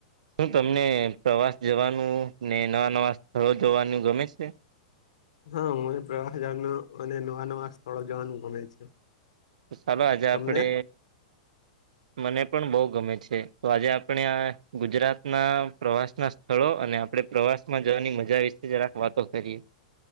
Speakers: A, on the right; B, on the left.
A: શું તમને પ્રવાસ જવાનું ને નવા નવા સ્થળો જવાનું ગમે છે
B: હા મને પ્રવાસજાર ન અને નવા નવા સ્થળો જવાનું ગમે છે.
A: ચાલો આજે આપડે
B: તમને
A: મને પણ બહુ ગમે છે. તો આજે આપણે આ ગુજરાત ના પ્રવાસ ના સ્થળો અને આપણે પ્રવાસ માં જવાની મજા વિશે જ રાક વાતો કરીએ.